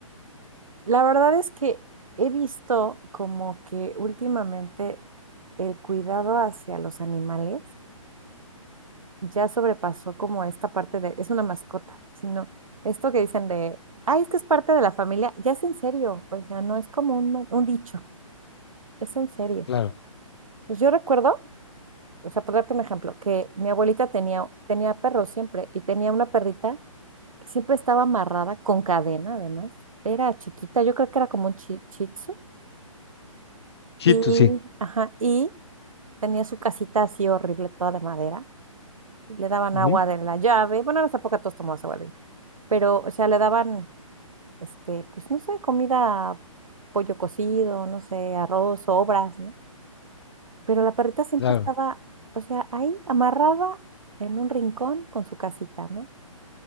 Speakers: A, on the right; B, on the left.
A: La verdad es que he visto como que últimamente el cuidado hacia los animales. ya sobrepasó como esta parte de, es una mascota, sino esto que dicen de, ay, es que es parte de la familia, ya es en serio, o sea, no es como un, un dicho, es en serio.
B: Claro,
A: Pues yo recuerdo, o sea, por darte un ejemplo, que mi abuelita tenía, tenía perros siempre y tenía una perrita que siempre estaba amarrada con cadena, además, era chiquita, yo creo que era como un chi- shih tzu,
B: Chito,
A: y,
B: sí.
A: ajá, y tenía su casita así horrible, toda de madera. Le daban
B: Ujú,
A: agua de la llave. Bueno, en esa época todos tomaban agua, de la pero, o sea, le daban este, pues no sé, comida, pollo cocido, no sé, arroz, obras, ¿no? Pero la perrita siempre
B: claro.
A: estaba, o sea, ahí amarrada en un rincón con su casita, ¿no?